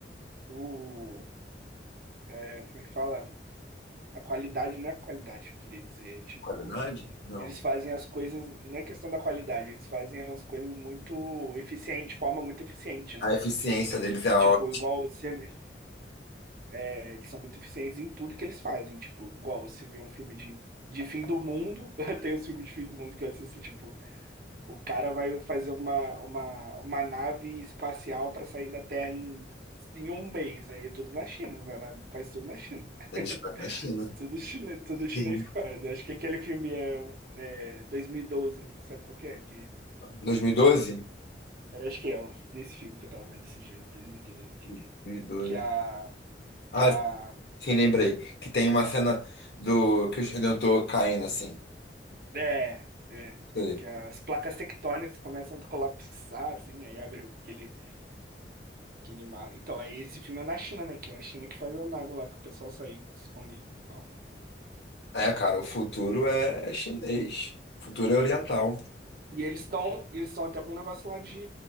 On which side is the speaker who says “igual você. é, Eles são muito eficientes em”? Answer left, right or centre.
Right